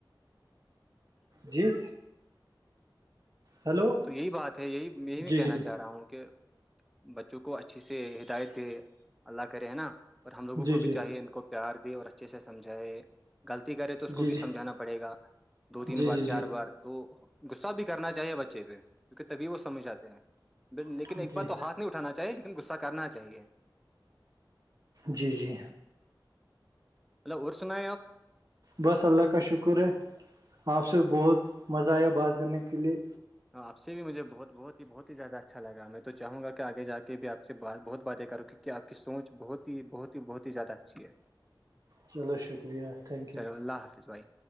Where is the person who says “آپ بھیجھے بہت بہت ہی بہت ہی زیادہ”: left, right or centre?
Centre